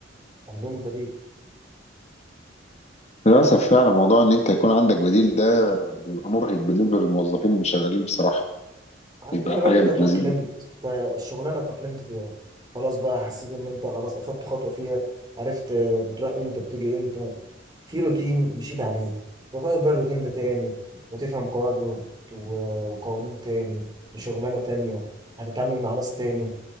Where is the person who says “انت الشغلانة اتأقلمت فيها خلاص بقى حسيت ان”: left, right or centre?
Right